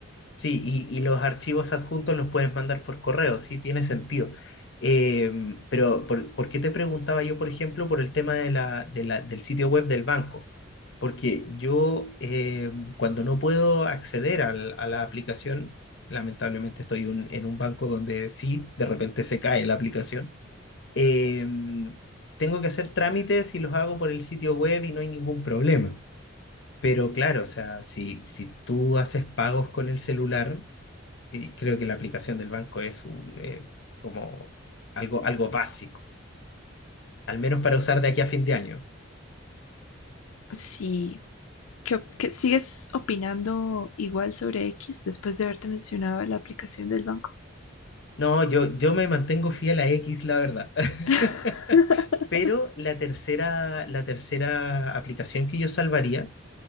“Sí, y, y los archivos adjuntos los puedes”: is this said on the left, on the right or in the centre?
Left